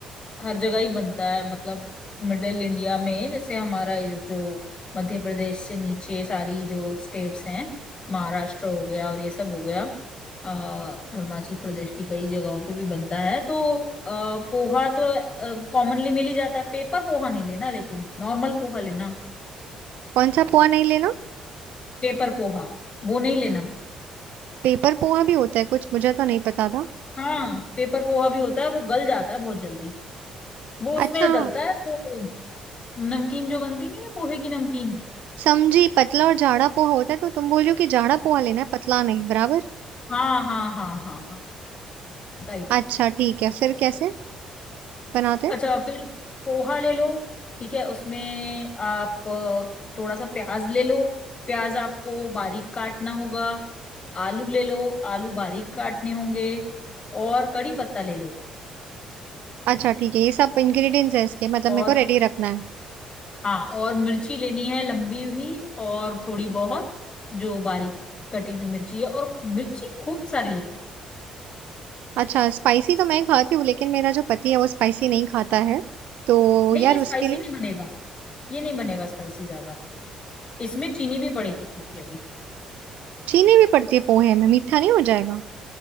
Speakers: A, on the left; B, on the right.
A: अ, हर जगह ही बनता है मतलब मिडिल इंडिया में जैसे हमारा ये जो मध्य प्रदेश से नीचे सारी जो स्टेट्स हैं महाराष्ट्र हो गया और ये सब हो गया अ, अरुणाचल प्रदेश की कई जगहों पे भी बनता है तो अ, पोहा तो कॉमनली मिल ही जाता है पेपर पोहा नहीं लेना लेकिन नॉर्मल पोहा लेना
B: कौन सा पोहा नहीं लेना
A: पेपर पोहा वो नहीं लेना
B: पेपर पोहा भी होता है कुछ मुझे तो नहीं पता था
A: हाँ पेपर पोहा भी होता है वो गल जाता है बहुत जल्दी वो उसमें
B: अच्छा
A: डलता है तो नमकीन जो बनती नहीं है पोहे की नमकीन
B: समझी पतला और जाड़ा पोहा होता है तो तुम बोल रही हो कि जाड़ा पोहा लेना है पतला नहीं बराबर
A: हाँ हाँ हाँ हाँ हाँ राइट
B: अच्छा ठीक है फिर कैसे बनाते हैं?
A: अच्छा फिर पोहा ले लो ठीक है उसमें आप अ, थोड़ा सा प्याज ले लो प्याज आपको बारीक काटना होगा आलू ले लो आलू बारीक काटने होंगे और कड़ी पत्ता ले लो
B: अच्छा ठीक है ये सब इंग्रेडिएंट्स है इसके मतलब
A: और
B: मेरे को रेडी रखना है
A: हाँ और मिर्ची लेनी है लंबी भी और थोड़ी बहुत जो बारीक कटी हुई मिर्ची है और मिर्ची खूब सारी लेना
B: अच्छा स्पाइसी तो मैं खाती हूँ लेकिन मेरा जो पति है वो स्पाइसी नहीं खाता है तो
A: नहीं
B: यार
A: ये स्पाइसी
B: उसके लिए
A: नहीं बनेगा ये नहीं बनेगा स्पाइसी ज्यादा इसमें चीनी भी पड़ेगी क्योंकि अभी
B: चीनी भी पड़ती है पोहे में मीठा नहीं हो जाएगा